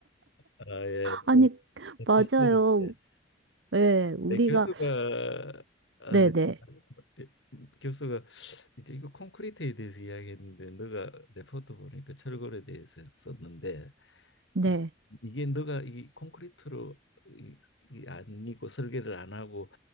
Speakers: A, on the left; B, on the right.
A: 아 예.
B: 아니,
A: 좀
B: <laughs> 맞아요.
A: 비슷한데.
B: 예, 우리가,
A: 네, 교수가 아,
B: 네네,
A: 네.
B: 네.
A: 예, 교수가 이제 이거 콘크리트에 대해서 이야기했는데 너가 레포트 보니까 철골에 대해서 썼는데
B: 네,
A: 그
B: 네.
A: 이게 너가 이 콘크리트로 이, 이 아니고 설계를 안 하고